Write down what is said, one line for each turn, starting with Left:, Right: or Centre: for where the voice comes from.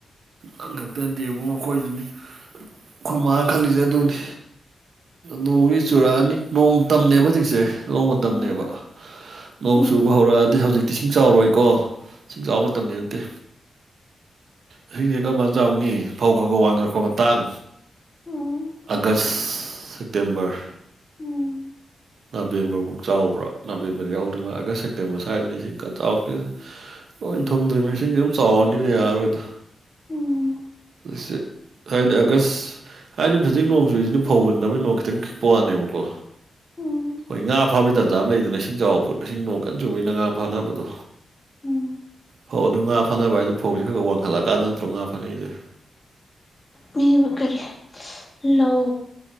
Right: ꯅꯪ ꯈꯛꯇ‌ꯦꯕꯨꯡꯉꫭ ꯑꯈꯣꯏꯖꯨꯅꯤ ꯑꯈꫭꯏꯃꯅꯥ ꯈꯜꯂꯤꯁꯦ ꯑꯗꯨꯅꯤ ꯅꯣꯡꯖꯤ ꯆꯨꯔꯛꯑꯅꯤ ꯅꯣꯡꯃꯇꯅꯦꯕ ꯍꯧꯖꯤꯛꯁꯦ ꯂꯧ ꯃꯇꯝꯅꯦꯕ
Left: ꯎꯝ
Right: ꯅꯣꯡ
Left: ꯎꯝ
Right: ꯆꯨꯕ ꯍꯧꯔꯛꯑꯗꯤ ꯍꯧꯖꯤꯛꯇꯤ ꯏꯁꯤꯡ ꯆꯥꯎꯔꯣꯏꯀꯣ ꯏꯁꯤꯡ ꯆꯥꯎꯕ ꯃꯇꯝꯗꯤ ꯅꯠꯇꯦ ꯏꯁꯤꯡꯗꯤ ꯀꯔꯝ ꯀꯥꯟ ꯆꯥꯎꯅꯤ ꯐꯧ ꯈꯔ ꯈꯔ ꯋꯥꯡꯅꯔꯛꯄꯥ ꯃꯇꯥꯡ
Left: ꯎꯝ
Right: ꯑꯒꯁ ꯁꯦꯞꯇꯦꯝꯕꯔ
Left: ꯎꯝ
Right: ꯅꯕꯦꯝꯕꯔꯕꯨꯛ ꯆꯥꯎꯕ꯭ꯔꯥ ꯅꯕꯦꯝꯕꯔ ꯌꯥꯎꯗꯕꯃꯜꯂ‌ꯦ ꯑꯥꯒꯁ ꯁꯦꯞꯇꯦꯝꯕꯔ ꯁ꯭ꯋꯥꯏꯗꯅ ꯏꯁꯤꯡ ꯀꯟꯅ ꯆꯥꯎꯔꯛꯇꫭꯏꯖ‌ꯦ ꯂꫭꯏ
Left: ꯎꯝ
Right: ꯊꯨꯝꯗ꯭ꯔꯨꯃꯤ ꯏꯁꯤꯡꯁꯦ ꯑꯗꯨꯝ ꯆꯥꯎꯔꯅꯤꯅ ꯌꯥꯔꯣꯏꯗꯣ
Left: ꯎꯝ
Right: ꯁ <unintelligible> ꯊꯅ ꯑꯒꯁ ꯍꯥꯏꯗꯤ ꯍꯖꯤꯛ ꯅꯣꯡ ꯆꯨꯔꯤꯁꯤꯗꯤ ꯐꯧ ꯍꯨꯟꯅꯕꯒꯤ ꯅꯣꯡ ꯈꯤꯇꯪ ꯈꯤꯛꯄ ꯋꯥꯅꯦꯕꯀꯣ
Left: ꯎꯝ
Right: ꯍꯣꯏ ꯉꯥ ꯐꯥꯕꯩ ꯇꯥꯟꯖꯥ ꯂꯩꯗꯅ ꯏꯁꯤꯡ ꯆꯥꯎꯕ ꯄꯣꯠ ꯏꯁꯤꯡ ꯅꯣꯡ ꯀꯟ ꯆꯨꯕꯩ ꯉꯥ ꯐꯥꯅꯕꯗꯣ
Left: ꯎꯝ
Right: ꯐꯧ ꯑꯗꯨ ꯉꯥ ꯐꯅꯕ ꯍꯥꯏꯁꯦ ꯐꯧꯁꯤ ꯈꯔ ꯋꯥꯡꯈꯠꯂꯑꯀꯥꯟꯗ ꯅꯠꯇ꯭ꯔꯣ ꯉꯥ ꯐꯅꯩꯁꯦ
Left: ꯃꯤꯕꯨ ꯀꯔꯤ ꯂꯧ